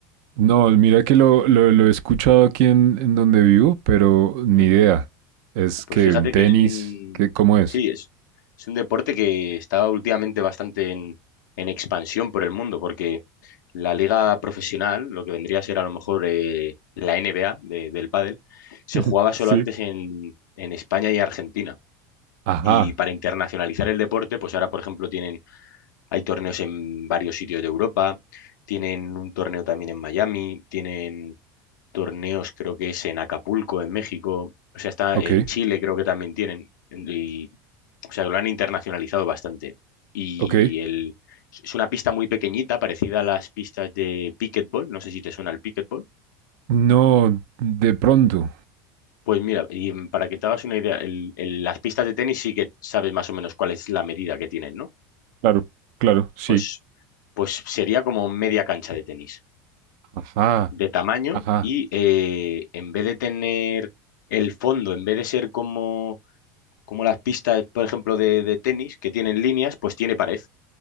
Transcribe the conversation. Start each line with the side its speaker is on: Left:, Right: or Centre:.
Right: No, mira que lo, lo- lo he escuchado aquí en, en donde vivo, pero ni
Left: ¿Mm?
Right: idea. Es
Left: Pues
Right: que
Left: fíjate
Right: en tenis,
Left: que es un...
Right: ¿qué, cómo es?
Left: Sí, es, es un deporte que está últimamente bastante en, en expansión por el mundo, porque la liga profesional, lo que vendría a ser a lo mejor eh, la NBA de- del pádel, se
Right: <laughs>
Left: jugaba solo
Right: Sí.
Left: antes en, en España y Argentina.
Right: Ajá,
Left: Y para internacionalizar el deporte, pues ahora, por ejemplo, tienen Hay torneos en varios sitios de Europa, tienen un torneo también en Miami, tienen torneos creo que es en Acapulco, en México, o sea, está
Right: ok,
Left: en Chile creo que también tienen, y, o sea, lo han internacionalizado bastante. Y
Right: ok.
Left: el, es una pista muy pequeñita, parecida a las pistas de pickleball, no sé si te suena el pickleball.
Right: No, de pronto.
Left: Pues mira, y mm, para que te hagas una idea, el- el- las pistas de tenis sí que sabes más o menos cuál es la medida que tienen, ¿no?
Right: Claro, claro, sí.
Left: Pues, pues sería como media cancha de tenis.
Right: Ajá,
Left: de tamaño
Right: ajá,
Left: y eh, en vez de tener el fondo, en vez de ser como, como las pistas, por ejemplo, de, de tenis, que tienen líneas, pues tiene pared,